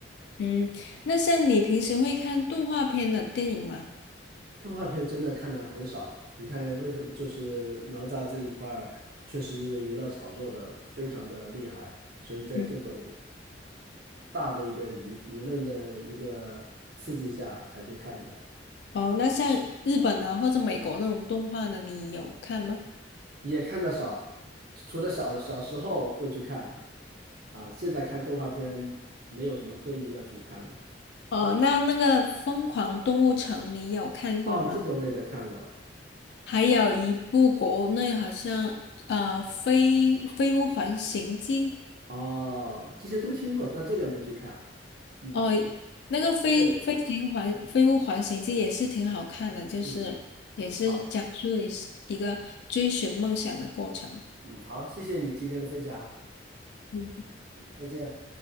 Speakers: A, on the left (about 60°); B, on the right (about 55°).
A: 嗯，那像你平时会看动画片的电影吗？
B: 动画片真的看的很少，你看为什么？就是哪吒这一块儿，确实因为娱乐炒作的非常的厉害，所以在这种
A: 嗯，
B: 大的一个舆舆论的一个刺激下才去看的，
A: 哦，那像日本的或者美国那种动画的，你有看吗？
B: 也看的少。除了小小时候会去看，啊，现在看动画片没有什么特意要去看的。
A: 哦，那那个《疯狂动物城》你有看过吗？
B: 哦，这种类的看过，
A: 还有一部国内好像呃《飞飞屋环行记》
B: 哦，这些都听过，但这个没去看。嗯
A: 哦，那个飞飞行环飞屋环形记也是挺好看的，
B: 对，
A: 就是也是讲述一一个追寻梦想的过程。
B: 嗯，好。嗯，好，谢谢你今天的分享，
A: 嗯
B: 再见。